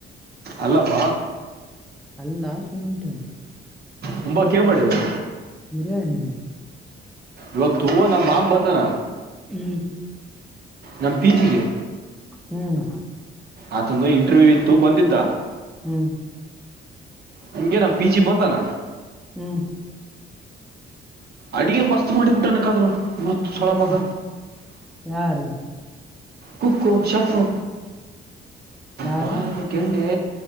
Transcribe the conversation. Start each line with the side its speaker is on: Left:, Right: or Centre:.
Right: ಅಲ್ಲಪ
Centre: ಅಲ್ಲ ಸುಂಟ
Right: ತುಂಬಾ ಕೇರ್ ಮಾಡಿದರೆ
Centre: ಬರಿ ಹಣ್ಣ
Right: ಇವತ್ತು ಹ ನಮ್ಮ ಮಾಮ ಬಂದನ
Centre: ಹ್ಮ್
Right: ನಮ ಪಿಜಿಗೆ
Centre: ಹ್ಮ್
Right: ಆತಂದು ಇಂಟರ್ವ್ಯೂ ಇತ್ತು ಬಂದಿದ್ದ
Centre: ಹ್ಮ್
Right: ನಿಮಗೆನಾ ಪಿಚಿ ಬಂದಾನ
Centre: ಹ್ಮ್
Right: ಅಡಿಗಿ ಮಸ್ತ್ ಮಾಡಿಬಿಟ್ಟನಕ್ಕಾದ್ರು ಹುಚ್ಚ ಸುಳೆ
Centre: ಹ್ಮ್
Right: ಮಗ
Centre: ಯಾರು
Right: ಕುಕ್ಕು ಶಫು
Centre: ಯಾರು
Right: ಬಾಯಗನ ಗೆಂಡೆ